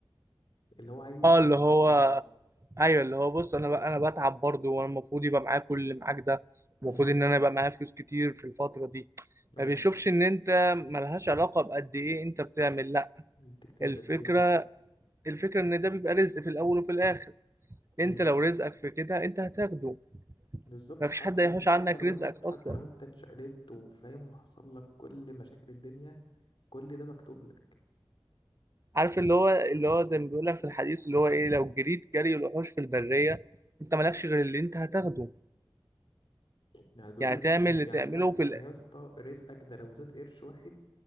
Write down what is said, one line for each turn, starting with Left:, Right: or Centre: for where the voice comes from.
Left: اللي هو عايز
Right: اه
Left: يبقى
Right: اللي
Left: معاه
Right: هو
Left: وخلاص
Right: ايوه اللي هو بص انا بقى انا بتعب برضه وانا المفروض يبقى معايا كل اللي معاك ده المفروض
Left: امم
Right: ان انا يبقى معايا فلوس كتير في الفتره دي
Left: أيوه
Right: ما بيشوفش ان انت ملهاش علاقه بقد ايه انت بتعمل لا
Left: بتجتهد
Right: الفكره
Left: قد إيه ده
Right: الفكره ان ده بيبقى رزق في الاول وفي الاخر انت
Left: امم
Right: لو رزقك في كده انت هتاخده
Left: بالظبط
Right: ما فيش
Left: حتى
Right: حد هيحوش
Left: حتى
Right: عنك
Left: لو
Right: رزقك
Left: أنت حتى
Right: اصلا
Left: لو أنت اتشقلبت وفاهم وحصل لك كل مشاكل الدنيا كل ده مكتوب لك
Right: عارف اللي هو اللي هو زي ما بيقول لك في الحديث اللي هو ايه لو جريت جري الوحوش في البريه انت مالكش غير اللي انت هتاخده
Left: يعني بيقول
Right: يعني
Left: لك
Right: تعمل
Left: يعني
Right: اللي
Left: يعني
Right: تعمله
Left: انت يعني
Right: في ال-
Left: يا اسطى رزقك ده لو زاد قرش واحد